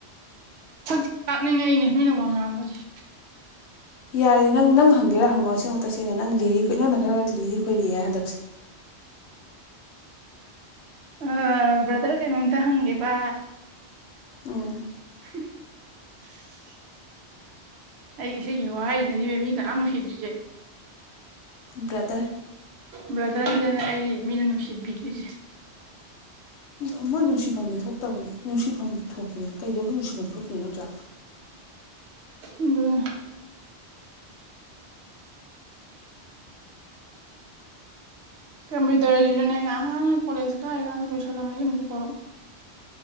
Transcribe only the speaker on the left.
ꯌꯥꯔꯦ ꯅꯪ ꯅꯪ ꯍꯪꯒꯦꯔꯥ ꯍꯪꯉꯛꯑꯣꯁꯦꯡꯃꯛ ꯇꯁꯦꯡꯅ ꯅꯪ ꯂꯤꯔꯤ ꯈꯣꯏ ꯅꯪꯅ ꯈꯔ ꯂꯤꯔꯤ ꯈꯣꯏꯔꯤ ꯌꯥ ꯍꯟꯗꯛꯁꯦ
ꯎꯝ
꯭ꯔꯇ
ꯎ ꯃꯣꯏ ꯅꯨꯡꯁꯤꯐꯝꯗꯤ ꯊꯣꯛꯇꯕꯅꯤ ꯅꯨꯡꯁꯤꯐꯝ ꯊꯣꯛꯄꯅꯦ ꯀꯩꯗꯧꯕ ꯅꯨꯡꯁꯤ ꯐꯐꯝ ꯊꯣꯛꯇꯣꯏ ꯅꯠꯇ꯭ꯔꯥ